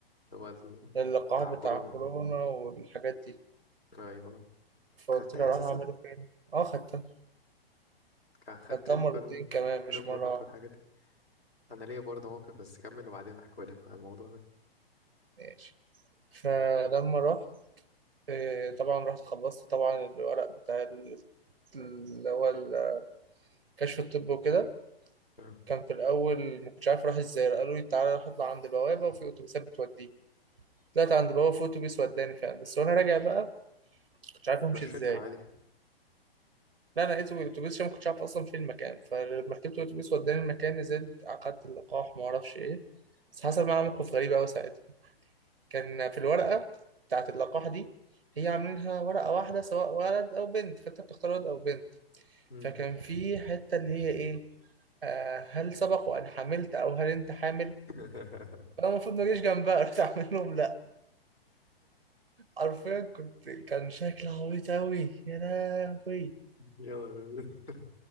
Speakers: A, on the left; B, on the right.
A: اللي هو ال-
B: اللقاح
A: بتاع
B: بتاع
A: كورونا
B: كورونا والحاجات دي
A: أيوه
B: فقلت
A: خدتها
B: لها أروح
A: أساسا
B: أعمله فين؟ أه خدتها
A: كان خدت
B: خدتها
A: كل
B: مرتين كمان
A: كل
B: مش
A: الجرعات
B: مرة واحدة
A: والحاجات دي أنا ليا برضه موقف بس كمل وبعدين أحكي لك عن الموضوع ده
B: ماشي فلما رحت آه، طبعا رحت خلصت طبعا الورق بتاع ال- اللي هو الكشف الطبي وكده
A: آه.
B: كان في الأول ما كنتش عارف أروح إزاي قالوا لي تعالى روح اطلع عند البوابة وفي أتوبيسات بتوديك طلعت عند البوابة في أتوبيس وداني فعلا بس وأنا راجع بقى كنتش عارف أمشي
A: مشيتها
B: إزاي
A: عادي
B: لا انا لقيته بالاتوبيس عشان ما كنتش عارف اصلا فين المكان فلما ركبت الاتوبيس وداني المكان نزلت اخدت اللقاح ما اعرفش ايه بس حصل معايا موقف غريب قوي ساعتها كان في الورقه بتاعت اللقاح دي هي عاملينها ورقه واحده سواء ولد او بنت فانت بتختار ولد او بنت
A: مم.
B: فكان في حته اللي هي ايه آه هل سبق وان حملت او هل انت حامل
A: <laughs>
B: انا المفروض ما اجيش جنبها رحت اعمل لهم لا حرفيا كنت كان شكلي عبيط قوي يا لهوي
A: يا نهار أبيض.